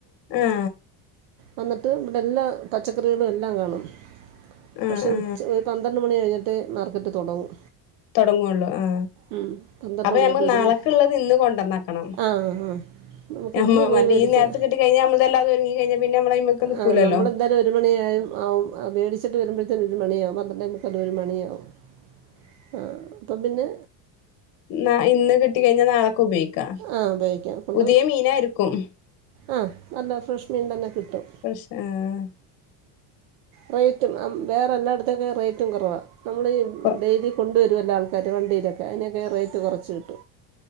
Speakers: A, on the left; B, on the right.
A: ആ
B: വന്നിട്ട് ഇവിടെ എല്ലാ പച്ചക്കറികളും എല്ലാം കാണും.
A: ആ
B: പക്ഷേ
A: ആ
B: ഉച്ച ഒരു പന്ത്രണ്ട് മണി കഴിഞ്ഞിട്ട്! ത്തെ മാർക്കറ്റ് തുടങ്ങും.
A: തുടങ്ങള്ളൂ ആ
B: ഉം. പന്ത്രണ്ട്
A: അപ്പൊ
B: മണിയായിട്ട്
A: ഞമ്മള്
B: ഒരു
A: നാളക്കള്ളത്
B: മ-
A: ഇന്ന് കൊണ്ടന്നക്കണം!
B: ആ ആ നമുക്ക് ഇന്ന്
A: മ്മ
B: പോയി മേടിച്ച്
A: ഈ നേരത്തെ കിട്ടി കഴിഞ്ഞ നമ്മളതെല്ലാതും ഒരുങ്ങി കഴിഞ്ഞാ പിന്നെ നമ്മള വെക്കാൻ നികൂല്ലല്ലോ!
B: ആ നമ്മളെന്തായാലും ഒരു <unintelligible> <unintelligible> അപ്പം പിന്നെ?
A: ന ഇന്ന് കിട്ട കഴിഞ്ഞാ നാളക്കെ ഉപയോഗിക്കാം
B: ആ ഉപയോഗിക്കാം കൊണ്ട്
A: പുതിയ മീനരിക്കും
B: ആ നല്ല ഫ്രഷ് മീൻ തന്നെ കിട്ടും
A: ഫ്രഷ് ഏഹ്
B: റേറ്റും വേറെ എല്ലായിടത്തേക്കെ റേറ്റും കുറവാാണ് നമ്മൾ
A: കൊ
B: ഡെയിലി കൊണ്ടുവരു എല്ല കരുവണ്ടിയിലൊക്കെ അതിനൊക്കെ റേറ്റ് കുറച്ച് കിട്ടും